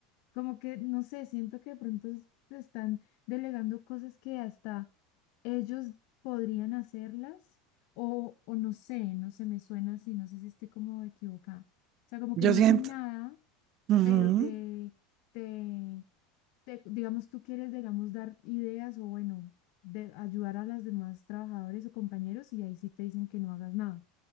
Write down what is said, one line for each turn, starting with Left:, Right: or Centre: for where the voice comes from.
Left: como que no sé, siento que de pronto es- te están delegando cosas que hasta ellos podrían hacerlas o, o no sé, no se me suena así, no sé si estoy como equivocada. O sea, como
Right: Yo
Left: que no
Right: siento...
Left: hacen nada,
Right: ujú.
Left: pero te, te, te- digamos, tú quieres, digamos, dar ideas o bueno, de ayudar a los demás trabajadores o compañeros y ahí sí te dicen que no hagas nada.